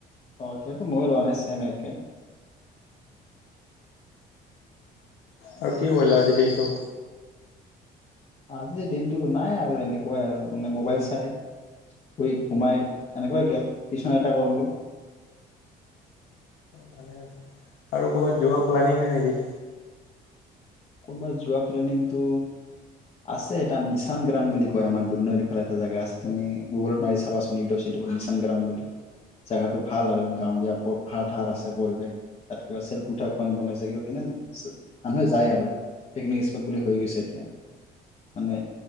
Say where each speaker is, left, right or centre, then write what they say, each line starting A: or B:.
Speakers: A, on the left; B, on the left.
A: অ কিন্তু মই লোৱা নাই চেম একেই
B: আৰু কি কৰিল আজিৰ দিনটো
A: আজিৰ দিনতটো নাই আৰু এনেকুৱাই আৰু মানে মোবাইল চাই শুই ঘোমাই এনেকুৱাই গল টিউচন এটা কৰিলো।
B: ভালে দেখোন আৰু কৰ'ৰবাত যোৱা প্লোনিং নাই নেকি‌?
A: কোনোবা যোৱা প্লেনিংটো আছে এটা নিচান গ্ৰাম বুলি কয় আমাৰ দুনৈফালে এটা জেগা আছে তুমি গুগলত মাৰি চাবাচোন ইউটিউব চিটিউবত নিচান গ্ৰাম বুলি জেগাটো ভাল আৰু গাঁৱলীয়াাৰ পথাৰ আছে পৰিৱেশ তাত কিবা চেলুঠা পইণ্ট বনাইছে কিবা কেনে মানুহে যায় আৰু পিকনিক স্পট বুলি হৈ গৈছে এতিয়া মানে